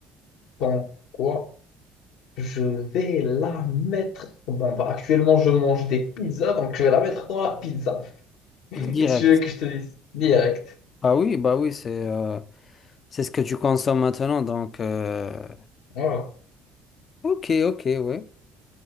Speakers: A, on the left; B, on the left.
A: dans quoi? Je vais la mettre. Bon, bah, actuellement, je mange des pizzas, donc je vais la mettre dans la pizza. <laughs>
B: Direct.
A: Qu'est-ce que tu veux que je te dise? Direct.
B: Ah oui, bah oui, c'est euh, c'est ce que tu consommes maintenant. Donc, euh,
A: Voilà.
B: ok, ok, oui.